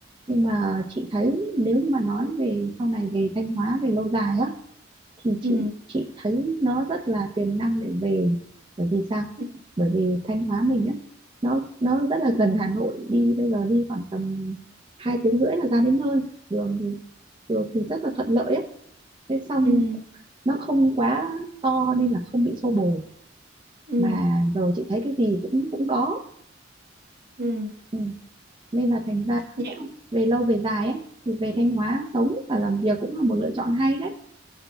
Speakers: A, on the right; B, on the right.
A: nhưng mà chị thấy nếu như mà nói về sau này về Thanh Hóa về lâu dài á thì chị
B: ừ
A: chị thấy nó rất là tiềm năng để về bởi vì sao
B: ừ
A: bởi vì Thanh Hóa mình á nó nó rất là gần Hà Nội đi bây giờ đi khoảng tầm hai tiếng rưỡi là ra đến nơi đường thì đường thì rất là thuận lợi á thế xong
B: ừ
A: nó không quá to nên là không bị xô bồ
B: ừ
A: mà giờ chị thấy cái gì cũng cũng có
B: ừ.
A: ừ. nên là thành ra
B: Dạ
A: về lâu về dài ấy thì về Thanh Hóa sống và làm việc cũng là một lựa chọn hay đấy